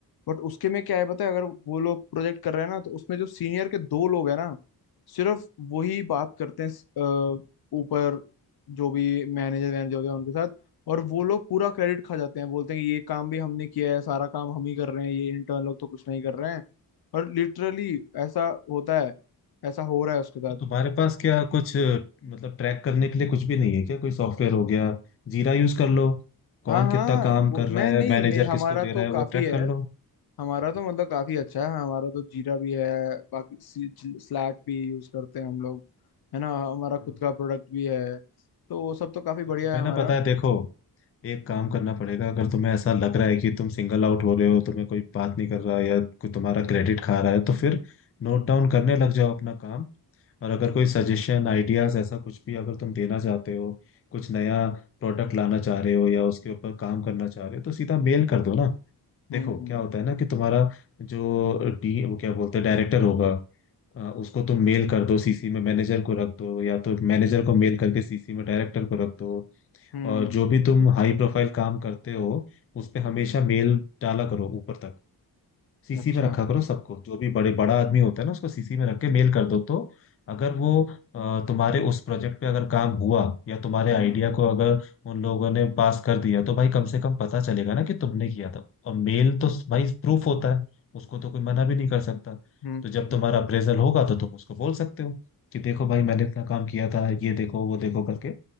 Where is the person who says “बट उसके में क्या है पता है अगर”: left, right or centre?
Left